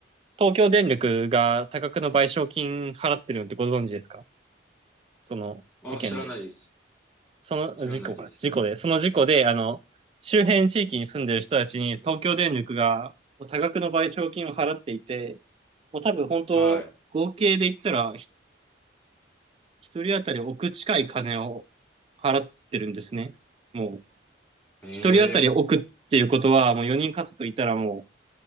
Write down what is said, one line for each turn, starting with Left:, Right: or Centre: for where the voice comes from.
Right: 東京電力が多額の賠償金払ってるのってご存知ですかその事件で。
Left: あ、知らないです。
Right: その事故か。
Left: 知らないです。
Right: 事故で。その事故で、あの、周辺地域に住んでる人たちに東京電力が多額の賠償金を払っていて、もう多分本当、
Left: は
Right: 合計で言ったら、ひ一人当たり億近い金を払ってるんですね。もう、
Left: い。え
Right: 一人当たり億っていうことは、
Left: え、
Right: もう4人家族いたらもう、